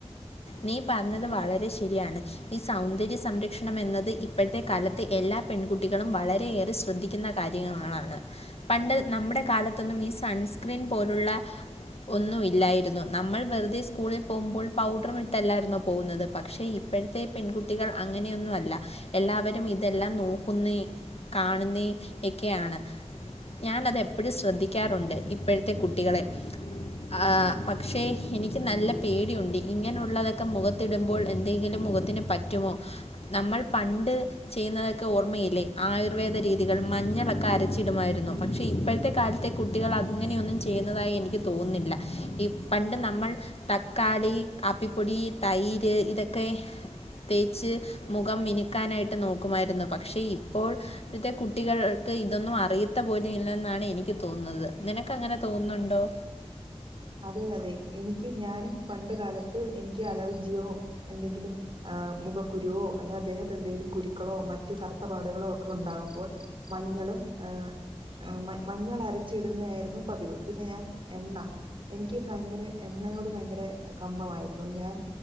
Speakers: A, on the left; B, on the right.
A: നീ പറ്ഞ്ഞത് വളരെ ശരിയാണ് ഈ സൗന്ദര്യ സംരക്ഷണം എന്നത് ഇപ്പോഴത്തെ കാലത്തെ എല്ലാ പെൺകുട്ടികളും വളരെയേറെ ശ്രദ്ധിക്കുന്ന കാര്യങ്ങളാളാണ് പണ്ട് നമ്മുടെ കാലത്തൊന്നും ഈ സൺസ്ക്രീൻ പോലുള്ള ഒന്നുമില്ലായിരുന്നു നമ്മൾ വെറുതെ സ്കൂളിൽ പോകുമ്പോൾ പൗഡർ ട്ടല്ലായിരുന്നോ പോകുന്നത് പക്ഷേ ഇപ്പോഴത്തെ പെൺകുട്ടികൾ അങ്ങനെയൊന്നും അല്ല എല്ലാവരും ഇതെല്ലാം നോക്കുന്നെ കാണുന്നെ യക്കെയാണ് ഞാനതെപ്പഴും ശ്രദ്ധിക്കാറുണ്ട് ഇപ്പോഴത്തെ കുട്ടികളെ ആഹ് പക്ഷെ എനിക്ക് നല്ല പേടിയുണ്ട് ഇങ്ങന ഉള്ളതൊക്കെ മുഖത്തിടുമ്പോൾ എന്തെങ്കിലും മുഖത്തിന് പറ്റുമോ നമ്മൾ പണ്ട് ചെയ്യുന്നതൊക്കെ ഓർമ്മയില്ലേ ആയുർവേദ രീതികൾ മഞ്ഞളൊക്കെ അരച്ചി ടുമായിരുന്നു പക്ഷെ ഇപ്പോഴത്തെ കാലത്തെ കുട്ടികൾ അങ്ങനെയൊന്നും ചെയ്യുന്നതായി എനിക്ക് തോന്നുന്നില്ല പണ്ട് നമ്മൾ തക്കാളി കാപ്പിപ്പൊടി തൈര് ഇതൊക്കെ തേച്ച് മുഖം മിനുക്കാനായിട്ട് നോക്കുമായിരുന്നു പക്ഷേ ഇപ്പോൾ ഇപത്തെ കുട്ടികൾക്ക് ഇതൊന്നും അറിയത്ത പോലു ഇല്ലെന്നാണ് എനിക്ക് തോന്നുന്നത് നിനക്ക് അങ്ങനെ തോന്നുന്നുണ്ടോ
B: അതെ അതെ എനിക്ക് ഞാനും പണ്ട് കാലത്ത് എനിക്ക് അലർജിയോ എന്തെങ്കിലും ആഹ് മുഖക്കുരുവോ അല്ല ദേഹത്ത് എന്തെലും കുരുക്കളോ മറ്റ് കറുത്തപാടുകളോ ഒക്കെ ഉണ്ടാകുമ്പോൾ മഞ്ഞളും ഏഹ് മ മഞ്ഞൾ അരച്ചിടുന്നതായിരുന്നു പതിവ് പിന്നെ ഞാൻ എണ്ണ എനിക്ക് ഭയങ്കര എണ്ണയോട് ഭയങ്കര കമ്പമായിരുന്നു ഞാൻ